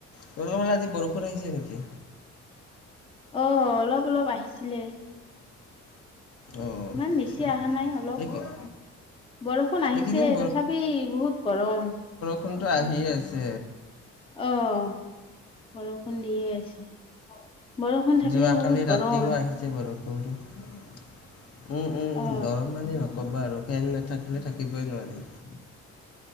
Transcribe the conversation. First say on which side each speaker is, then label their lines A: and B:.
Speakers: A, on the left (about 50°); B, on the left (about 20°).
A: তোমালোকৰ ফালে আজি বৰষুণ আহিছে নেকি?
B: অ', অলপ অলপ আহিছিলে।
A: অঁ
B: ইমান
A: আচ্ছা
B: বেছি অহা নাই অলপ।
A: এই কি-
B: বৰষুণ আহিছে,
A: এইকেইদিন
B: তথাপি বহুত গৰম।
A: ফোনটো আহিয়ে আছে।
B: অ', বৰষুণ দিয়ে আছে। বৰষুণ থাকিলেও,
A: যোৱাকালি
B: বহুত
A: ৰাতিও
B: গৰম।
A: আহিছে বৰষুণ উম্, উম্,
B: অ
A: গৰম মানে- নক'বা আৰু ফেন নাথাকিলে থাকিবই নোৱাৰি।
B: উম।